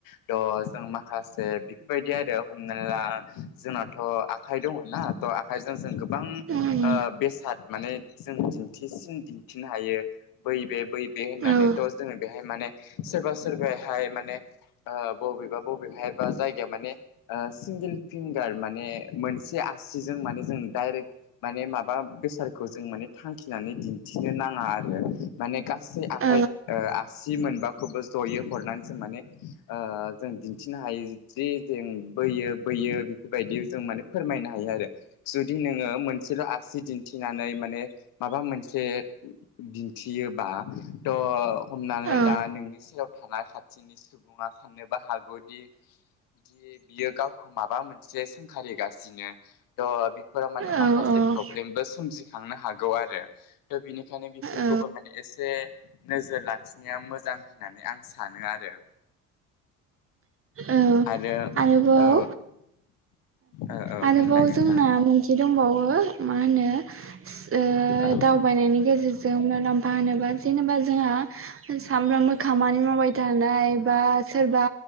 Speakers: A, on the left (about 55°); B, on the right (about 30°).
A: थह जों माखासे बेफोरबायदि आरो हमना ला जोंनाथ' आखाइ दङ ना थ आखाइजों जों गोबां
B: औ
A: ओ बेसाद माने जों दिन्थिसिन दिन्थिनो हायो बै बे बै बे होननानैथ
B: औ औ
A: जोङो बेहाय माने सोरबा सोरबायाहाय माने ओ बबेबा बबेहाय बा जायगाया माने ओ सिंगेल फिंक गार माने मोनसे आसिजों माने जों डायरेक्ट माने माबा बेसादखौ जों माने थांखिनानै दिन्थिनो नाङा आरो माने गा सै आखाइ
B: औ
A: आसि मोनबाखौबो जयै हरनानै जों माने ओ जों दिन्थिनो हायो जे जों बोयो बोयो बेफोरबायदि जों माने फोरमायनो हायो आरो जुदि नोङो मोनसेल' आसि दिन्थिनानै माने माबा मोनसे दिन्थियोबा थ' हमनानै
B: औ
A: ला नोंनि सेराव थानाय खाथि थिनि सुबुङा साननोबो हागौदि दि बियो गावखौ माबा मोनसे सोंखारिगासिनो थ' फोराव माने
B: औ
A: माखासे प्रब्लेमबो सोमजि थांनो हागोन गौ आरो थ बिनिखायनो बेफोरखौबो
B: औ
A: माने एसे नोजोर लाखिनाया मोजां होननानै आं सानो आरो।
B: औ
A: आरो
B: आरोबाव
A: औ औ औ
B: आरोबाव
A: बुंलाय नोंथां
B: जोंना मोनसे दंबावो वो मा होनो ओ
A: औ
B: दावबायनायनि गेजेरजों मुलाम्फा मा होनोबा जेनेबा जोंहा सामफ्रामबो खामानि मावबाय थानाय बा सोरबा